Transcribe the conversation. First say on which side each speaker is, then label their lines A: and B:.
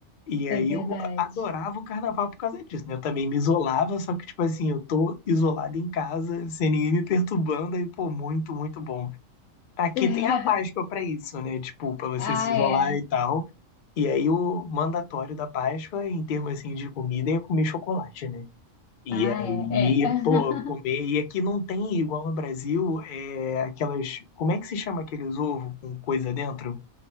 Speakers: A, on the left (about 60°); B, on the left (about 80°).
A: E aí
B: É verdade.
A: eu adorava o carnaval por causa disso, né? Eu também me isolava, só que, tipo assim, eu tô isolado em casa, sem ninguém me perturbando, aí, pô, muito, muito bom. Aqui
B: <laughs>
A: tem a Páscoa pra isso, né? Tipo, pra você
B: Ah,
A: se isolar
B: é.
A: e tal. E aí o mandatório da Páscoa, em termos, assim, de comida, é comer chocolate, né? E
B: Ah,
A: aí,
B: é. É. <laughs>
A: pô, comer. E aqui não tem, igual no Brasil, é, aquelas. Como é que se chama aqueles ovos com coisa dentro?